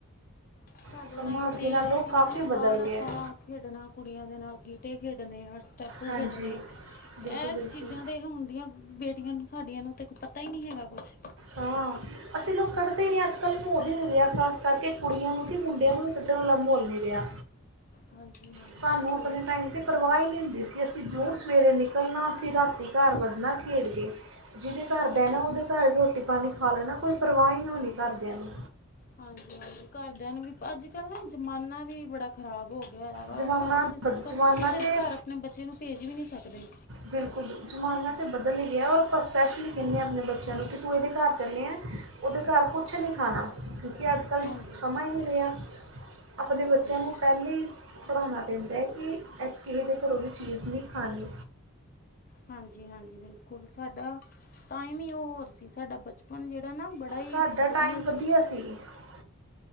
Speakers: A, on the left; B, on the right.
A: ਸਾਡੇ
B: ਸਮਾਂ
A: ਟਾਈਮ
B: ਅੱਗੇ
A: ਤੇ
B: ਨਾਲੋਂ
A: ਅਸੀਂ ਕਹਾ
B: ਕਾਫੀ
A: ਨਾ ਬਾਹਰ
B: ਬਦਲ ਗਿਆ
A: ਆਪਾਂ
B: ਹੈ
A: ਖੇਡਣਾ, ਕੁੜੀਆਂ ਦੇ ਨਾਲ ਗੀਟੇ ਖੇਡਣੇ, ਹਰ ਸਟੈਪ ਆਪੂ
B: ਹਾਂਜੀ
A: ਖੇਡਣੇ
B: ਬਿਲਕੁਲ
A: ਇਹ
B: ਬਿਲਕੁਲ
A: ਚੀਜ਼ਾਂ ਤਾਂ ਹੁਣ ਦੀਆਂ ਬੇਟੀਆਂ ਨੂੰ ਸਾਡੀਆਂ ਨੂੰ ਤੇ ਪਤਾ ਹੀ ਨਹੀਂ ਹੈਗਾ ਕੁਛ।
B: ਹਾਂ। ਅਸੀਂ ਲੋਕ ਕੱਢਦੇ ਨਹੀਂ। ਅੱਜ ਕੱਲ੍ਹ ਮਾਹੌਲ ਨਹੀ ਰਿਹਾ। ਖਾਸ ਕਰਕੇ ਕੁੜੀਆਂ ਨੂੰ ਕਿ ਮੁੰਡਿਆਂ ਨੂੰ ਵੀ ਕੱਢਣ ਵਾਲਾ ਮਾਹੌਲ ਨਹੀਂ ਰਿਹਾ।
A: ਹਾਂਜੀ ਹਾਂਜੀ
B: ਸਾਨੂੰ
A: ਬਿਲਕੁਲ
B: ਆਪਣੇ ਟਾਈਮ ਤੇ ਪਰਵਾਹ ਹੀਂ ਨਹੀ ਹੁੰਦੀ ਸੀ ਅਸੀਂ ਜਿਉਂ ਸਵੇਰੇ ਨਿਕਲਣਾ, ਅਸੀਂ ਰਾਤੀ ਘਰ ਵੱਢਣਾ ਖੇਡ ਕੇ। ਜਿਹਦੇ ਘਰ
A: ਹਾਂਜੀ
B: ਬਹਿਣਾ, ਉਹਦੇ ਘਰ ਰੋਟੀ ਪਾਣੀ ਖਾ ਲੈਣਾ ਕੋਈ ਪਰਵਾਹ ਹੀ ਨਹੀਂ ਹੋਣੀ ਘਰਦਿਆਂ ਨੂੰ।
A: ਹਾਂਜੀ ਹਾਂਜੀ, ਘਰਦਿਆਂ ਨੂੰ ਵੀ ਅੱਜ ਕੱਲ੍ਹ ਨਾ ਜ਼ਮਾਨਾ ਵੀ ਬੜਾ ਖ਼ਰਾਬ ਹੋ ਗਿਆ। ਹੈ ਵਾ
B: ਜ਼ਮਾਨਾ
A: ਆਪਾਂ ਕਿਸ
B: ਬਦ
A: ਕ
B: ਜ਼ਮਾਨਾ
A: ਕਿਸੇ
B: ਤਾਂ
A: ਦੇ ਘਰ ਆਪਣੇ ਬੱਚੇ ਨੂੰ ਭੇਜ ਵੀ ਨਹੀਂ ਸਕਦੇ।
B: ਬਿਲਕੁਲ ਜ਼ਮਾਨਾ ਤਾਂ ਬਦਲ ਹੀ ਗਿਆ, ਔਰ ਆਪਾਂ ਸਪੈਸ਼ਲੀ ਕਹਿੰਦੇ ਹਾਂ ਆਪਣੇ ਬੱਚਿਆਂ ਨੂੰ ਕਿ ਤੂੰ ਇਹਦੇ ਘਰ ਚੱਲਿਆ ਉਹਦੇ ਘਰ ਕੁਛ ਨਹੀਂ ਖਾਣਾ। ਕਿਉਂਕਿ ਅੱਜ ਕੱਲ੍ਹ
A: ਹਾਂਜੀ
B: ਸਮਾਂ ਹੀ ਨਹੀਂ ਰਿਹਾ ਆਪਣੇ ਬੱਚਿਆਂ
A: ਹਾਂਜੀ
B: ਨੂੰ ਪਹਿਲਾਂ ਹੀ- ਪੜ੍ਹਾਉਣਾ ਪੈਂਦਾ ਹੈ ਕਿ, ਕਿਸੇ ਦੇ ਘਰੋਂ ਵੀ ਚੀਜ਼ ਨਹੀਂ ਖਾਣੀ।
A: ਹਾਂਜੀ ਹਾਂਜੀ, ਬਿਲਕੁਲ ਸਾਡਾ ਟਾਈਮ ਹੀ ਉਹ ਹੋਰ ਸੀ ਸਾਡਾ ਬਚਪਨ ਜਿਹੜਾ ਨਾ ਬੜਾ- ਬੜਾ ਹੀ
B: ਸਾਡਾ
A: ਵਧੀਆ ਸੀ।
B: <inaudible>